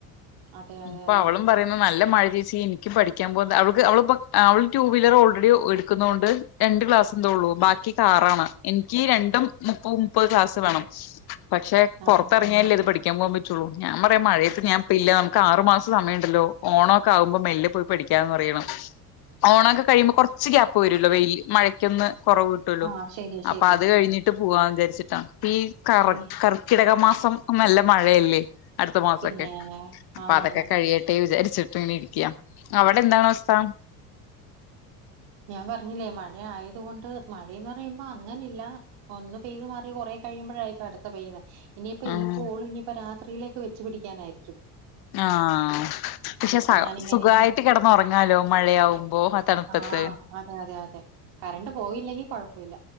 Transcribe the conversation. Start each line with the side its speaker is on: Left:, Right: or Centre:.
Right: അതെ അതെ
Left: പ്പൊ
Right: അതെ
Left: അവളും പറയും നല്ല മഴ ചേച്ചി എനിക്കും പഠിക്കാ പോവാ അവൾക്ക് അവ ടു വീലർ ഓൾറെഡി എടുക്കുന്നോണ്ട് രണ്ട് ക്ലാസ് ന്തള്ളൂ ബാക്കി കാറാണ് എനിക്ക് രണ്ടും മുപ്പത് മുപ്പത് ക്ലാസ് വേണം പക്ഷെ
Right: ആഹ്
Left: പുറത്തെറങ്ങിയാല്ലെ ഇത് പഠിക്കാൻ പോൻ പറ്റുള്ളൂ ഞാൻ പറയാ മഴയത്ത് ഞാപ്പില്ല ആറു മാസം സമയമുണ്ടല്ലോ ഓണമൊക്കെ ആകുമ്പോ മെല്ലെ പോയി പഠിക്കാന്ന് പറയണം ഓണോക്കെ കഴിയുമ്പ കുറച്ച് ഗ്യാപ്പ് വരുല്ലോ വെയിൽ മഴക്കൊന്ന് കുറവ് <unintelligible>
Right: ആഹ് ശരിയാ
Left: അപ്പൊ
Right: ശരിയാ
Left: അത് കഴിഞ്ഞി ഇട്ട് പോവാന്ന് വിചാരിച്ചിട്ടാ ഈ കർ
Right: ഇനി
Left: കർക്കിടക മാസം നല്ല മഴയല്ലേ അടുത്ത മാസക്കെ
Right: പിന്നെ
Left: അപ്പൊ
Right: ആന്നാന്ന്
Left: അതൊക്കെ കഴിയട്ടെ വിചാരിച്ച് രിക്ക അവിടെ എന്താണവസ്ഥ
Right: ഞാൻ പറഞ്ഞില്ലേ മഴ ആയത് കൊണ്ട് മഴയെന്ന് പറയുമ്പോ അങ്ങനില്ല ഒന്ന് പെയ്ത് മാറി കൊറേ കഴിയുമ്പഴായിക്കു അടുത്ത പെയ്യന്നെ- ഇനിയിപ്പ
Left: ആഹ്
Right: ഈ കോള് ഇനിയിപ്പ രാത്രിയിലേക്ക് വച്ച് പിടിക്കാനായിര
Left: ആഹ പക്ഷെ
Right: ഇപ്പൊ
Left: സ
Right: ഞാനിങ്ങനെ
Left: സുഖവായിട്ട് കെടന്നൊറങ്ങാലോ മഴയാവുമ്പോ തണുപ്പത്ത്
Right: ആഹ് അതെ അതെ അതെ കറണ്ട് പോയില്ലെങ്കി കൊഴപ്പ ഇല്ല.